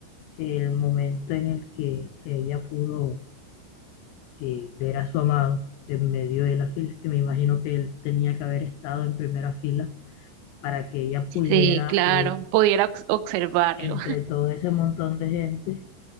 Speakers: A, on the left; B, on the right.
A: el momento en el que ella pudo eh, ver a su amado en medio de las filas, que me imagino que él tenía que haber estado en primera fila para que ella pudiera,
B: sí, claro.
A: eh,
B: Pudiera obs- observarlo.
A: entre todo ese montón de gente,